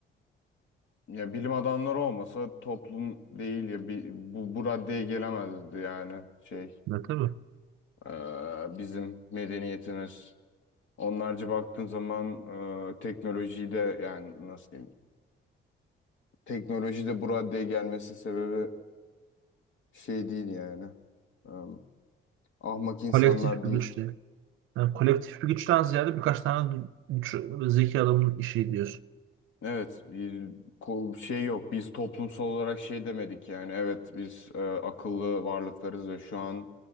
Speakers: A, on the left; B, on the right.
A: ya bilim adamları olmasa toplum değil ya bi- bu, bu raddeye gelemezdi yani şey
B: Ne tabii.
A: eee, bizim medeniyetimiz. Onlarca baktığın zaman eee teknolojiyi de yani nasıl diyeyim teknoloji de bu raddeye gelmesi sebebi şey değil yani Eee, ahmak insanlar
B: Kolektif bir
A: değil.
B: güç değil. Yani kolektif bir güçten ziyade birkaç tane güç, zeki adamın işi diyorsun.
A: Evet, bir ko- şey yok. Biz toplumsal olarak şey demedik yani. Evet, biz e, akıllı varlıklarız ve şu an